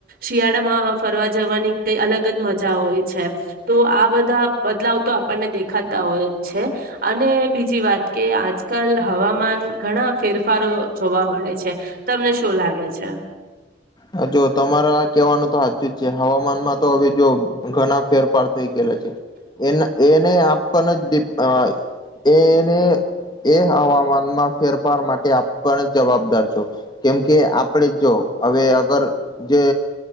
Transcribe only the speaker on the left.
હા જો તમારે આ કેહેવાનું તો હાચું જ છે. હવામાનમાં તો હવે જો ઘણા ફેરફાર થઈ ગયેલા છે. એન એને આપને જ ડીપ અ એને એ હવામાનમાં ફેરફાર માટે આપણ જવાબદાર છો. કેમ કે આપડે જો હવે અગર જે